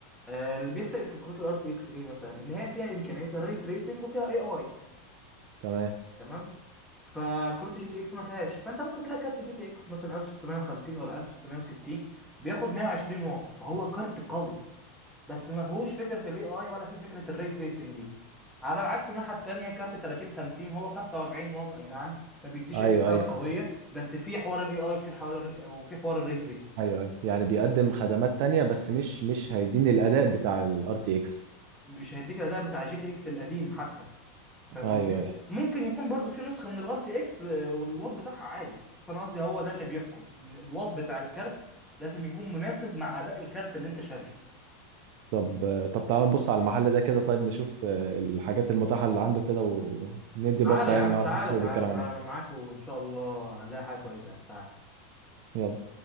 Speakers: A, in the centre; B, on the right.
A: آه، اللي بيفرق في كروت الار تي اكس ايه مثلا ان هي فيها امكانيه الري تريسنج وفيها اي اي
B: تمام
A: تمام فكروت جي تي اكس ما فيهاش فانت ممكن تلاقي كارت جي تي اكس مثلا 1650 ولا 1660 بياخد 120 واط فهو كارت قوي بس ما فيهوش فكره الاي اي ولا في فكره الري تريسنج دي على العكس الناحيه التانيه كارت 3050 هو 45 واط اي نعم ما بيديش
B: ايوه
A: الكفاءه
B: ايوه
A: القويه بس في حوار الاي اي وفي حوار وفي حوار الري تريسنج
B: ايوه ايوه يعني بيقدم خدمات تانية بس مش مش هيديني الاداء بتاع الار تي اكس
A: مش هيديك الاداء بتاع جي تي اكس القديم حتى فاهم
B: ايوه
A: قصدي
B: ايوه
A: ممكن يكون برضو في نسخه من الار تي اكس والواط بتاعها عالي بس انا قصدي هو ده اللي بيحكم ان الواط بتاع الكارت لازم يكون مناسب مع اداء الكارت اللي انت شاريه
B: طب طب تعالى نبص على المحل ده كده طيب نشوف آه، الحاجات المتاحة اللي عنده كده وندي
A: تعالى
B: بصة
A: يا
B: يعني
A: عم
B: نعرف
A: تعالى
B: السوق
A: تعالى
B: بيتكلم
A: تعالى
B: عليه
A: انا معاك وان شاء الله هنلاقي حاجه كويسه يعني تعالى
B: يلا